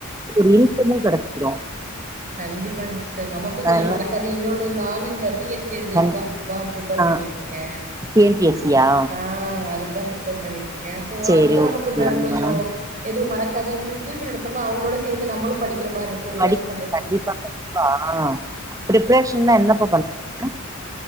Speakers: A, on the right; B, on the right.
A: ஒரு நீட்டாமு கெடக்குடு
B: கண்டிப்பா சிஸ்டர் நமக்கு கொஞ்ச
A: அதனால
B: மறக்காது இன்னொன்னு நானு இந்த டி என் பி சி
A: கண்
B: எக்ஸாம்ஸ்க்குதா பிர்ப்பேர்
A: ஆ
B: பண்ணியிட்ருக்கே
A: T N P S C யா
B: அ அதுக் தா பிர் ப்பேர் பண்ணிட்ருக்கே அப்போ
A: சேரி
B: அதுக்கு
A: ஓகே
B: நமக்கு வே கொஞ்சோ
A: மேம்
B: எதுவு மறக்காது இன்னு டியூஷன் எடுத்தம்மா அவுங்ளோட சேந்து நம்மளு படிக்கிற மார்ருக்கு ஒரு
A: படி
B: வயஸ்
A: கண்டிப்பா கண்டிப்பா அ பிரிப்ரேஷன்னா என்னப்பா பண்ணறது